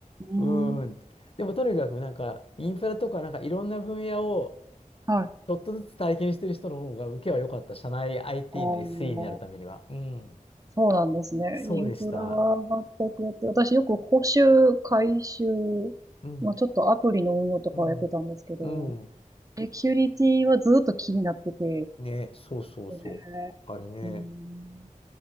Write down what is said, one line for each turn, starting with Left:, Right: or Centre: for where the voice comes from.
Right: ん。うん
Left: うーんって。でもとにかくなんか、インフラとかなんかいろんな分野を
Right: はい。あ
Left: ちょっとずつ体験してる人の方が受けは良かった。社内 IT
Right: あ、
Left: の SE になるためには。うん。
Right: そうなんですね。
Left: そうでした。
Right: インフラが全くやって、私よく補修、改修、
Left: うん。
Right: まあ、ちょっとアプリの運用とかをやってたんですけど、
Left: うん。うん。
Right: セキュリティはずっと気になってて、
Left: ね、そうそうそう。
Right: ね、
Left: あれね、
Right: うん。